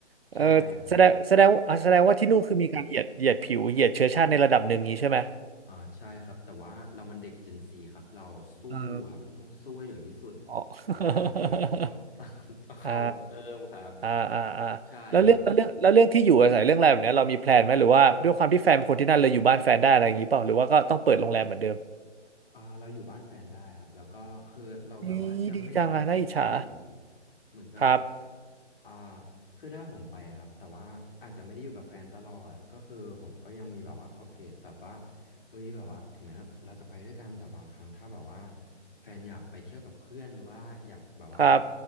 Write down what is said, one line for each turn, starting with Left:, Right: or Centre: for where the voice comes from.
Right: เออแสดงแสดงอ่ะแสดงว่าที่นู่นคือมีการเหยียดเหยียดผิวเหยียดเชื้อชาติในระดับหนึ่งนี้ใช่ไหม
Left: ใช่ครับ อ่าใช่ครับแต่ว่าเรามันเด็ก Gen Z ครับเราสู้ครับเราต้องสู้ให้ถึงที่สุดเขาด่าเรายังไงเราต้อง
Right: เอออ๋อ <laughs>
Left: <laughs> ต้องเอาเพิ่มครับ
Right: อ่าอ่าอ่าอ่าแล้วเรื่องแล้วเรื่องแล้วเรื่องที่อยู่อาศัยเรื่องอะไรแบบเนี้ยเรามีแพลนไหมหรือว่าด้วยความที่แฟนเป็นคนที่นั่นเลยอยู่บ้านแฟนได้อะไรอย่างนี้เปล่าหรือว่าก็ต้องเปิดโรงแรมเหมือนเดิม
Left: ใช่ครับ อ่าเราอยู่บ้านแฟนได้ครับแล้วก็คือเราแบบว่าจะไม่ได้อยู่แค่ที่ที่เดียวครับ
Right: นี่ดีจังอะน่าอิจฉา
Left: เหมือนแบบ
Right: ครับ
Left: อ่าคือถ้าผมไปอะครับแต่ว่าอาจจะไม่ได้อยู่กับแฟนตลอดก็คือผมก็ยังมีแบบว่าขอบเขตแบบว่าเอ้ยแบบว่าถึงแม้เราจะไปด้วยกันแต่บางครั้งถ้าแบบว่าแฟนอยากไปเที่ยวกับเพื่อนหรือว่าอยากแบบว่า
Right: ครับ